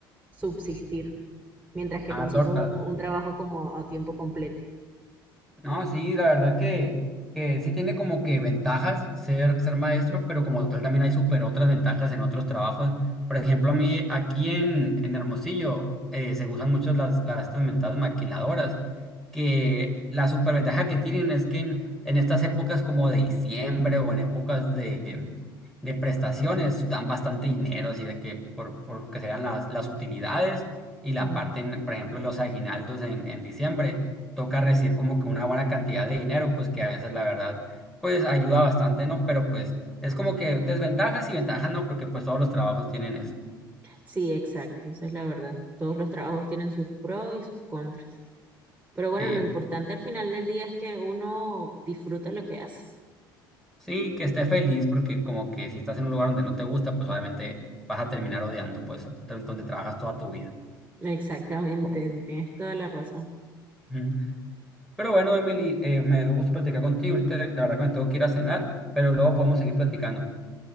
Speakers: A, on the right (about 15°); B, in the centre.
A: subsistir mientras que
B: Ah,
A: consigo
B: tortas.
A: un, un trabajo como a tiempo completo.
B: No, sí, la verdad que, que sí tiene como que ventajas ser, ser maestro, pero como tal también hay súper otras ventajas en otros trabajos. Por ejemplo, a mí aquí en, en Hermosillo eh, se usan mucho las, las estas mentadas maquiladoras, que la superventaja que tienen es que en, en estas épocas como de diciembre o en épocas de, de prestaciones dan bastante dinero, así de que por, por lo que sean las, las utilidades y la
A: Ujú.
B: parte, en, por ejemplo, los aguinaldos en, en diciembre toca recibir como que una buena cantidad de dinero, pues que a veces la verdad, pues ayuda bastante, ¿no? Pero pues es como que desventajas y ventajas, ¿no? Porque pues todos los trabajos tienen eso.
A: Sí, exacto, esa es la verdad. Todos los trabajos tienen sus pros y sus contras. Pero bueno,
B: Y,
A: lo importante al final del día es que uno disfruta lo que hace.
B: sí, que esté feliz, porque como que si estás en un lugar donde no te gusta, pues obviamente vas a terminar odiando, pues, donde trabajas toda tu vida.
A: Exactamente, tienes toda la razón.
B: Ujú. Pero bueno, Emily, eh, me dio gusto platicar contigo. Ahorita la verdad que me tengo que ir a cenar, pero luego podemos seguir platicando.